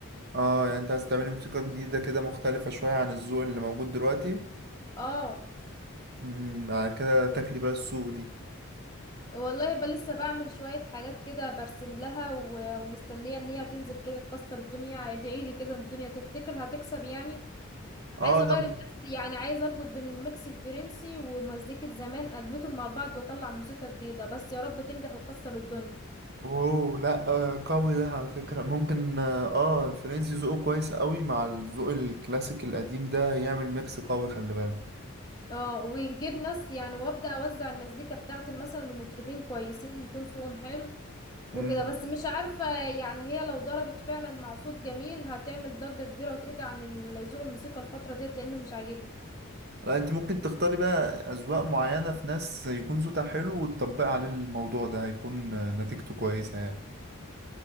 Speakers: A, on the right; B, on the left.
A: اه يعني انت عايز تعملي موسيقى جديدة كده مختلفة شوية عن الذوق اللي موجود دلوقتي
B: اه
A: امم بعد كده تاكلي بقى السوق دي
B: والله يبقى لسه بعمل شويه حاجات كده برسم لها و- ومستنيه ان هي تنزل كده تكسر الدنيا ادعيلي كده إن الدنيا تفتكر هتكسب يعني عايزه
A: اه
B: اغير
A: لا
B: الناس يعني عايزه اربط بين الميكس الفرنسي ومزيكه زمان ادمتهم مع بعض واطلع موسيقى جديده بس يا رب تنجح وتكسر الدنيا
A: اوه لا آه قوي ده على فكرة ممكن اه آه، الفرنسي ذوقه كويس قوي مع الذوق الكلاسيك القديم ده يعمل ميكس قوي خلي بالك
B: اه ونجيب ناس يعني وابدا اوزع المزيكا بتاعتي مثلا لمطربين كويسين يكون صوتهم حلو وكده
A: امم
B: بس مش عارفه يعني هي لو ضربت فعلا مع صوت جميل هتعمل ضجه كبيره وتقضي عن ال- ذوق الموسيقى الفتره ديت لانه مش عاجبني
A: لا انت ممكن تختاري بقى اذواق معينة في ناس يكون صوتها حلو وتطبقي عليه الموضوع ده هيكون آه، نتيجته كويسة يعني